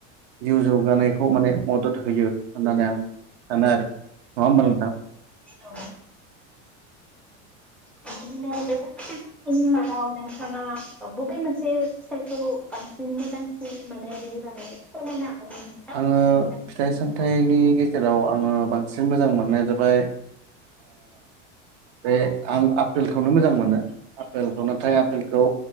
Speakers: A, on the right; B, in the centre.
A: जिउ जौगानायखौ माने मदद होयो होननानै आं सानो आरो नङा होमबा नोंथां
B: औ बेबायदिनो बेफोर मादाव नोंथाङा बबे मोनसे फिथाइखौ बांसिन मोजांसिन मोनानो बिनि बागै फोरमायनो हागोन नामा नोंथां
A: आङो
B: मानो मोजां मोनो
A: फिथाइ सामथाइनि
B: होनबा
A: गेजेराव आङो बांसिन सिन मोजां मोननाया जाबाय बे आं आफेल खौनो मोजां मोनो आपेलखौ नाथाय आपेलखौ